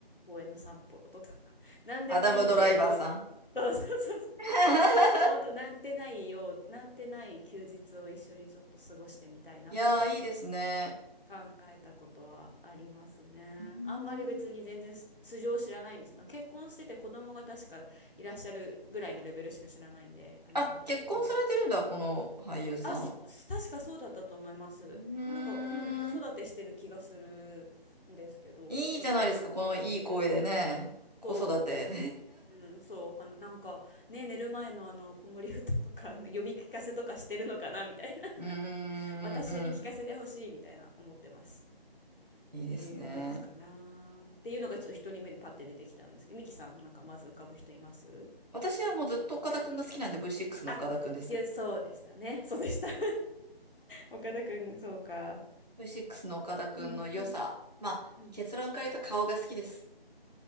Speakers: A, on the left; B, on the right.
A: 公園の散歩とか、<laughs> 何でもいいんで、
B: アダム・ドライバーさん。
A: ほんそうそうそうそう。
B: <laughs>
A: 本当なんてないよう、なんてない休日を一緒にちょっと過ごしてみたいなって
B: いやー、いいですね。
A: 考えたことはありますね。
B: うーん。
A: あんまり別に全然す素性を知らないんですの。結婚してて子供が確かいらっしゃるぐらいのレベルしか知らないんで、あれなんですけど。
B: あ、結婚されてるんだ、この俳優さん。
A: あ、すす確かそうだったと思います。
B: うーん。
A: でなんか、うん、子育てしてる気がするんですけど、
B: いいじゃないですか、
A: そうそうそう。
B: このいい声でね。子育て。
A: そう、ちょっと。うん、そう、あの、なんか、ね、寝る前のあの、子守歌とか、あの読み聞かせとかしてるのかな、みたいな。
B: <laughs>
A: <laughs>
B: うーん、
A: 私に聞かせてほしい、
B: うん。
A: みたいな、思ってます。っていうすかなっていうのがちょっと一人目でパッて出てきたんですけどミキさんなんかまず浮かぶ人います
B: いいですね。私はもうずっと岡田くんが好きなんで V6 の岡田くんです。
A: あいやそうでしたね <laughs> そうでした <laughs> 岡田君、そうか。
B: V6 の岡田くんの良さ。
A: うんうん
B: まあ、
A: うん
B: 結論から言うと顔が好きです。